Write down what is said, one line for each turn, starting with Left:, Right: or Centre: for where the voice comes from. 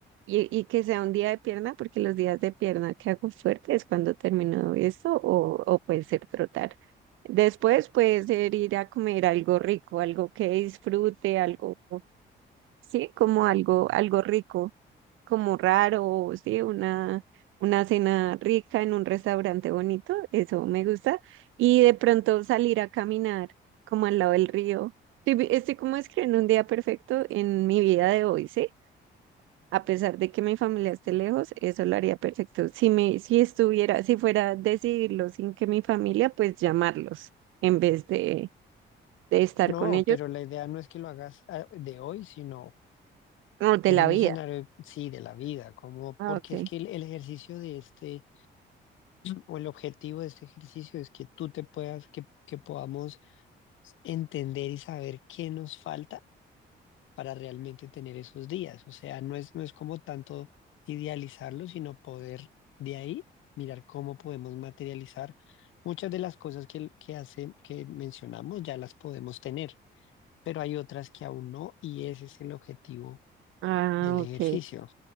Right: y, y que sea un día de pierna, porque los días de pierna que hago fuerte es cuando termino esto, o, o puede ser trotar. Después puede ser ir a comer algo rico, algo que disfrute, algo, sí, como algo, algo rico como raro, sí, una, una cena rica en un restaurante bonito, eso me gusta. Y de pronto salir a caminar como al lado del río. Estoy, vi- estoy como escribiendo un día perfecto en mi vida de hoy, ¿sí? A pesar de que mi familia esté lejos, eso lo haría perfecto. Si me, si estuviera, si fuera a decidirlo sin que mi familia, pues llamarlos en vez de, de estar
Left: No,
Right: con ellos
Left: pero la idea no es que lo hagas ah, de hoy, sino
Right: o de
Left: En
Right: la
Left: un
Right: vida.
Left: escenario, sí, de la vida, como
Right: Ah,
Left: porque
Right: ok.
Left: es que el, el ejercicio de este, o el objetivo de este ejercicio es que tú te puedas, que, que podamos entender y saber qué nos falta para realmente tener esos días. O sea, no es, no es como tanto idealizarlo, sino poder de ahí mirar cómo podemos materializar muchas de las cosas que, que hace, que mencionamos, ya las podemos tener, pero hay otras que aún no, y ese es el objetivo
Right: Ah,
Left: del ejercicio.
Right: ok.